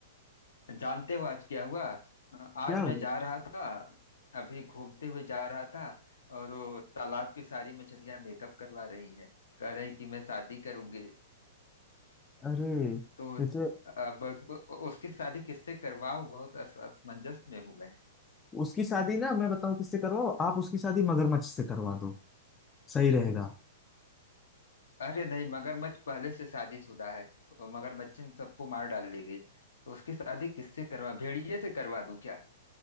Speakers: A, on the left (about 75°); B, on the left (about 15°).
A: जानते हो आज क्या हुआ आज
B: क्या हुआ
A: मैं जा रहा था अभी घूमते हुए जा रहा था और वो तालाब की सारी मछलियां मेकअप करवा रही है कह रही कि मैं शादी करूंगी
B: अरे
A: तो
B: ये तो
A: अब उसकी शादी किससे करवाऊं बहुत अस- असमंजस में हूं मैं
B: उसकी शादी ना मैं बताऊं किससे करवाओ आप उसकी शादी मगरमच्छ से करवा दो सही रहेगा
A: अरे नहीं मगरमच्छ पहले से शादीशुदा है और मगरमच्छ ने सबको मार डालेगी तो उसकी शादी किससे करवा भेड़िए से करवा दूं क्या